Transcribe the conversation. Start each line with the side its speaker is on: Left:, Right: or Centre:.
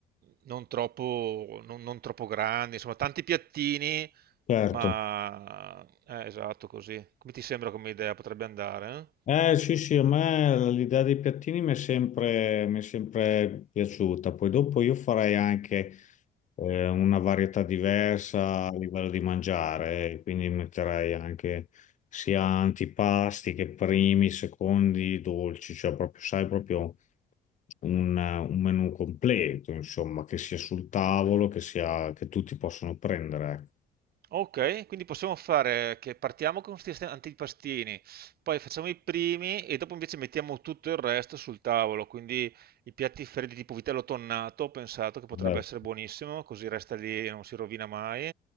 Right: non troppo, non- non troppo grandi, insomma, tanti piattini
Left: certo.
Right: ma eh, esatto, così. Come ti sembra come idea potrebbe andare? eh?
Left: Eh sì, sì, a me l'idea dei piattini mi è sempre, mi è sempre piaciuta, poi dopo io farei anche eh, una varietà diversa a livello di mangiare, eh, quindi metterei anche sia antipasti che primi, secondi, dolci, cioè proprio, sai, proprio un, un menù completo, insomma, che sia sul tavolo, che sia, che tutti possono prendere. ecco.
Right: Ok, quindi possiamo fare che partiamo con questi antipastini, poi facciamo i primi e dopo invece mettiamo tutto il resto sul tavolo, quindi i piatti freddi tipo vitello tonnato, ho pensato che potrebbe
Left: Esatto.
Right: essere buonissimo, così resta lì e non si rovina mai,